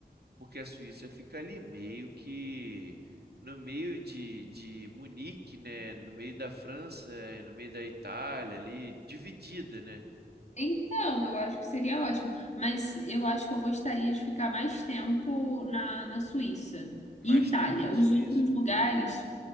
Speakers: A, on the right; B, on the left.
A: porque a Suíça fica ali meio que no meio de, de Munique, né? No meio da França, eh, no meio da Itália, ali, dividida, né?
B: Então, eu acho que seria ótimo. Mas eu acho que eu gostaria de ficar mais tempo na, na Suíça
A: Mais
B: e Itália.
A: tempo na Suíça.
B: Os outros lugares...